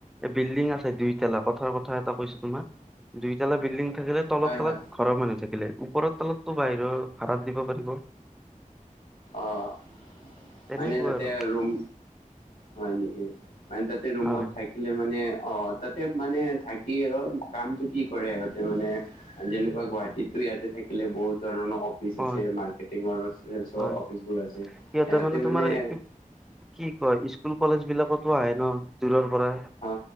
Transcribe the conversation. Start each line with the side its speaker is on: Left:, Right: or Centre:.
Centre: এ বিল্ডিং আছে দুই দুইালা কথাৰ কথা এটা কৈছো তোম দুইতালা বিল্ডিং। থাকিলে, তলত
Left: হয়
Centre: তলত
Left: হয়
Centre: ঘৰৰ মানুহ থাকিলে, ওপৰ তলতো বাহিৰৰ ভাৰাত দিব পাৰিব।
Left: অঁ।
Centre: তেনেকুৱা
Left: মানে তাতে
Centre: আৰু
Left: ৰুম হয় নেকি? মানে তাতে ৰুমত
Centre: হয়
Left: থাক থাকিলে মানে অ' তাতে মানে থাকি অ কামটো কি কৰে সহতে মানে, যেনে গুৱাহাটীতো ইয়াতে থাকিলে বহুত ধৰণৰ অফিচ
Centre: হয়
Left: আছে মাৰ্কেটিঙৰ
Centre: হয়
Left: অফিচবোৰ আছে
Centre: সিহঁতে
Left: সিহতে মানে-
Centre: তোমাৰ কি কি কয় স্কুল কলেজ বিলাকতো আহে ন দূৰৰ পৰা
Left: অ